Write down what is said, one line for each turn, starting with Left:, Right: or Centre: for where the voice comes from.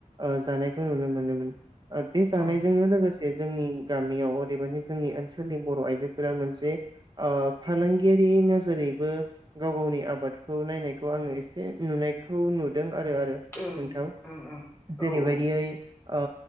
Right: ओ जानायखौ नुनो मोनोमोन। बे जानायजोंनो
Left: औ ओं
Right: लोगोसे जे जों गामियाव अदेबानि जोंनि ओनसोलनि बर' आइजोफोरा मोनसे ओ फालांगियारि नोजोरैबो गाव गावनि आबादखौ नायनायखौ आङो एसे नुनायखौ नुदों। आरो आरो
Left: ओं
Right: नोंथां
Left: ओं औ
Right: जेरैबायदियै
Left: औ ओं
Right: ओ